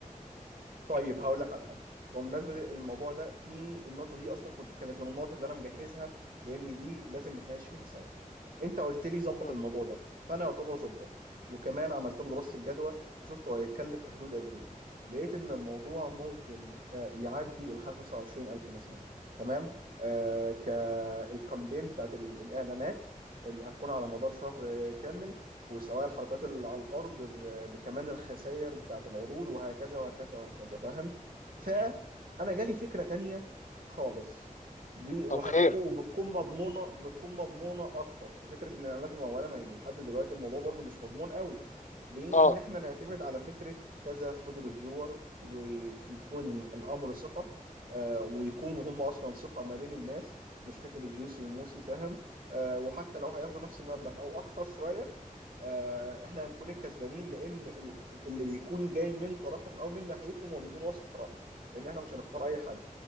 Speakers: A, on the right (about 85°); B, on the left (about 60°).
A: طيب هقول لك على حاجه بمناسبه الموضوع ده في النقطه دي اصلا كنت كانت من النقط اللي انا مجهزها لان دي لازم نتناقش فيها سوا انت قلت لي ظبط
B: مم.
A: الموضوع ده فانا يعتبر ظبطته وكمان عملت له دراسه الجدوى وشفت هو هيتكلف في حدود قد ايه لقيت ان الموضوع ممكن آه، يعدي ال 25000 مثلا تمام آه كالكامبين بتاعت ال- الاعلانات اللي هتكون على مدار شهر كامل وسواء الحركات اللي على الارض ب- بكمان الخسائر بتاعه العروض وهكذا وهكذا وهكذا فاهم فانا جالي فكره تانية خالص بي- وهتكو-
B: طب خير
A: وبتكون مضمونه بتكون مضمونه اكتر في فكره ان الاعلانات المموله ما هي لحد دلوقتي الموضوع برضو مش مضمون قوي بان
B: اه
A: احنا نعتمد على فكره كذا فود ريفيور ويكون الامر ثقه آه، ويكونوا هم اصلا ثقه ما بين الناس مش فكره جوسي وموسي فاهم آه، وحتى لو هياخدوا نفس المبلغ او اكتر شويه آه، احنا هنكون الكسبانين لان ال- اللي بيكون جاي من طرفهم او من ناحيتهم هو بيكون واثق في رايه لان احنا مش هنختار اي حد